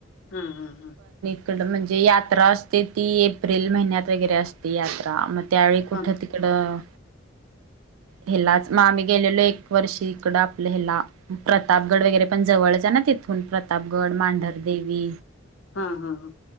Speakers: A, on the left (about 70°); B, on the right (about 85°).
A: हा -हा- हा
B: तिकडं म्हणजे यात्रा असते, ती एप्रिल महिन्यात वगैरे असते यात्रा म त्यावेळी कुठं
A: हा
B: तिकडं हेलाच मग आम्ही गेलेलो एक वर्षी इकड आपलं हेला, प्रतापगड वगैरे पण जवळच ना ना तिथून प्रतापगड मांढरदेवी
A: हा हा हा